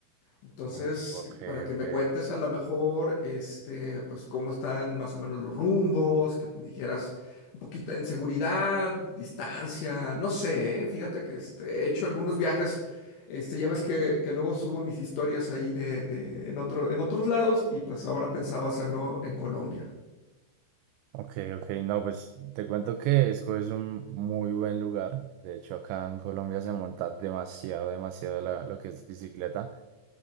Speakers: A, on the left; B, on the right.
A: Entonces,
B: Uh, ok, ok.
A: para que me cuentes a lo mejor, este, pues cómo están más o menos los rumbos, que me dijeras un poquito en seguridad, distancia, no sé, ¿eh? Fíjate que este, he hecho algunos viajes, este, ya ves que, que luego subo mis historias ahí de, de- en otro, en otros lados y pues ahora pensaba hacerlo en Colombia.
B: Ok, ok, no, pues te cuento que Esco es un muy buen lugar. De hecho, acá en Colombia se monta demasiado, demasiado la- lo que es bicicleta.